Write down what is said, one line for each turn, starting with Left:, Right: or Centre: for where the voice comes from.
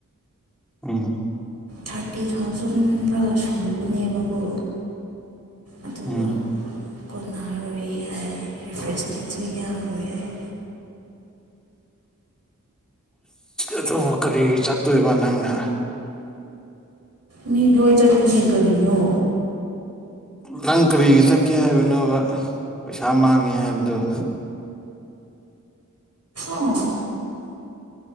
Centre: ꯎꯝ
Right: ꯊꯥꯔꯇꯤ ꯊꯥꯎꯖꯟꯔ ꯁꯨꯕꯅꯦꯕꯀꯣ ꯑꯗꯨꯒ
Centre: ꯎꯝ
Right: ꯀꯣꯟꯅꯔꯣꯏ ꯍꯥꯏ ꯔꯤꯐ꯭ꯔꯦꯁꯃꯦꯟꯁꯨ ꯌꯥꯎꯔꯣꯏ ꯍꯥꯏ
Centre: ꯑꯗꯨꯕꯨ ꯀꯔꯤ ꯆꯠꯇꯣꯏꯕ ꯅꯪꯅ
Right: ꯃꯤ ꯂꯣꯏ ꯆꯠꯀꯤꯅꯤ ꯀꯔꯤꯅꯣ
Centre: ꯅꯪ ꯀꯔꯤꯒꯤ ꯆꯠꯀꯦ ꯍꯥꯏꯕꯅꯣꯕ ꯄꯩꯁꯥ ꯃꯥꯡꯉꯦ ꯍꯥꯏꯕꯗꯨꯣ
Right: ꯑꯣ